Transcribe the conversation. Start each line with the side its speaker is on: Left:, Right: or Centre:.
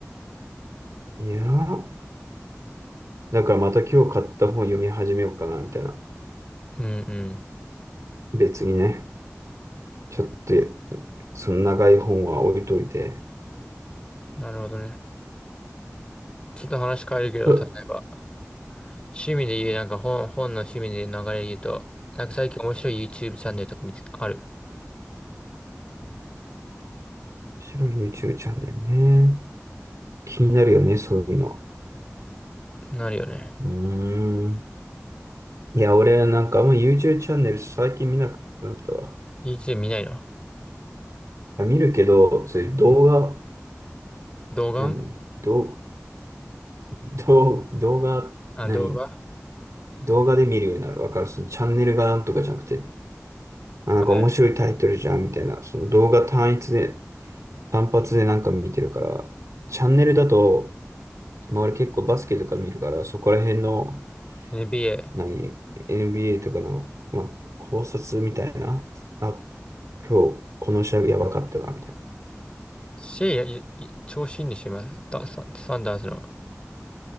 Right: いやー、だからまた今日買った本読み始めようかな、みたいな。
Left: うんう
Right: 別にね、ちょっと、その長い本は置いといて。
Left: ん。なるほどね。ちょっと話変えるけど、
Right: うん
Left: 例えば、趣味で言う、なんか本、本の趣味で流れで言うと、なんか最近面白い YouTube チャンネルとか見つ、ある。
Right: 面白い YouTube チャンネルね。気になるよね、そういうの。
Left: なるよね。
Right: うーん。いや、俺はなんかあんま YouTube チャンネル最近見なくなったわ。
Left: YouTube 見ないの
Right: 見るけど、そういう動画、
Left: 動画
Right: 何動、動、動画、
Left: あ、
Right: 何
Left: 動画
Right: 動画で見るようになる。わかるそのチャンネルがなんとかじゃなくて、あ、
Left: はい。
Right: なんか面白いタイトルじゃんみたいな。その動画単一で、単発でなんか見てるから、チャンネルだと、まあ、俺結構バスケとか見るから、そこら辺の、
Left: NBA。
Right: 何 NBA とかの、まあ、考察みたいな。あ、今日、この試合やばかったな、みたいな。
Left: シェイ、いい調子いいんでしょ、今、ダサンサンダースの。